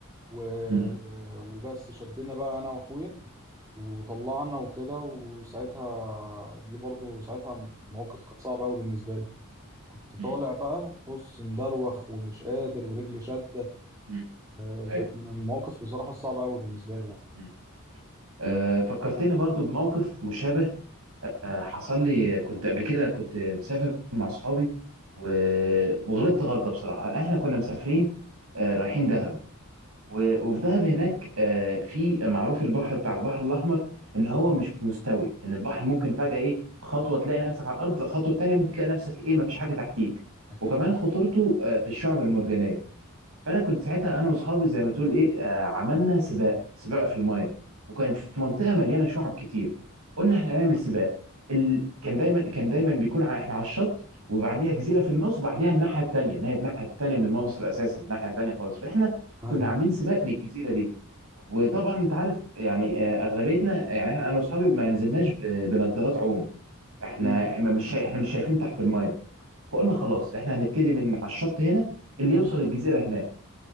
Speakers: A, on the right (about 15°); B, on the right (about 80°).
A: و...
B: مم.
A: وبس شدنا بقى أنا وأخويا وطلعنا وكده وساعتها دي برضو ساعتها مواقف كانت صعبة أوي بالنسبة لي كنت
B: مم.
A: طالع بقى بص مدروخ ومش قادر ورجلي شدة
B: مم.
A: آه،
B: ايوه
A: كانت من المواقف بصراحة الصعبة أوي بالنسبة لي يعني
B: مم. آه فكرتني برضو بموقف مشابه آه حصل لي كنت قبل كده كنت مسافر مع صحابي و... وغلطت غلطة بصراحة احنا كنا مسافرين آه رايحين دهب و- وفي دهب هناك آه، في معروف البحر بتاع البحر الأحمر إن هو مش مستوي إن البحر ممكن فجأة إيه خطوة تلاقي نفسك على الأرض خطوة تانية ممكن تلاقي نفسك إيه مفيش حاجة تحتيك
A: أكيد
B: وكمان خطورته آه، في الشعب المرجانية فانا كنت ساعتها انا واصحابي زي ما تقول ايه آه عملنا سباق سباق في المايه وكانت في منطقه مليانه شعب كتير قلنا احنا هنعمل سباق ال... كان دايما كان دايما بيكون ع... احنا على الشط وبعديها جزيره في النص بعديها الناحيه التانيه ان هي الناحيه التانيه من مصر اساسا الناحيه التانيه خالص فاحنا
A: أيوه
B: كنا عاملين سباق للجزيره دي وطبعا انت عارف يعني آه اغلبيتنا يعني إحنا- انا واصحابي ما نزلناش ب... بنضارات عوم احنا
A: مم.
B: ما مش شا- احنا مش شايفين تحت المايه فقلنا
A: مم.
B: خلاص احنا هنبتدي من على الشط هنا اللي يوصل الجزيره هناك